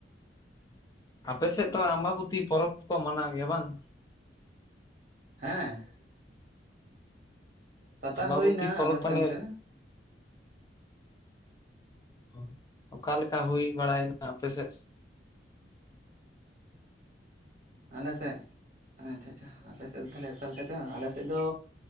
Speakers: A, on the left; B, on the right.
A: ᱟᱯᱮ ᱥᱮᱫ ᱛᱚ ᱟᱢᱵᱟᱵᱩᱛᱤ ᱯᱚᱨᱚᱵᱽ ᱠᱚ ᱠᱚ ᱢᱟᱱᱟᱣ ᱜᱮᱭᱟ ᱵᱟᱝ?
B: ᱦᱮᱸᱻ, ᱯᱟᱛᱟ
A: ᱟᱢᱵᱟᱵᱩᱛᱤ
B: ᱦᱩᱭᱱᱟ
A: ᱯᱚᱨᱚᱵᱽ
B: ᱟᱞᱮ ᱥᱮᱫ
A: ᱛᱟᱦᱞᱮ
B: ᱚᱱᱛᱮ
A: ᱚ ᱚᱠᱟ ᱞᱮᱠᱟ ᱦᱩᱭ ᱵᱟᱲᱟᱭᱮᱱᱟ ᱟᱯᱮ ᱥᱮᱫ?
B: ᱟᱞᱮ ᱥᱮᱫ, ᱟᱪᱪᱷᱟ ᱟᱪᱪᱷᱟ ᱟᱯᱮ ᱥᱮᱫ ᱫᱚ, ᱛᱟᱦᱚᱞᱮ ᱚᱠᱟᱞᱮ ᱞᱮᱠᱟ ᱪᱚᱝ? ᱟᱞᱮᱥᱮᱫ ᱫᱚ